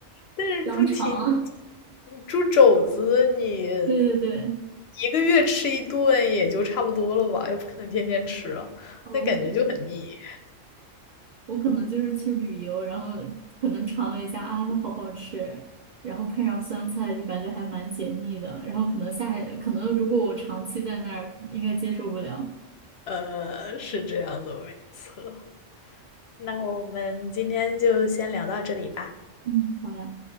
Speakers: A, on the left; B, on the right.
A: 但是猪蹄
B: 香肠，
A: 猪肘子你
B: 对对对，
A: 一个月吃一顿也就差不多了吧，又不可能天天吃啊，
B: 哦，
A: 那感觉就很腻。
B: 我可能我可能就是去旅游，然后可能尝了一下啊，好好吃，然后配上酸菜就感觉还蛮解腻的，然后可能下可能如果我长期在那儿，应该接受不了。
A: 呃，是这样的，没错。那我们今天就先聊到这里吧。
B: 嗯，好呀。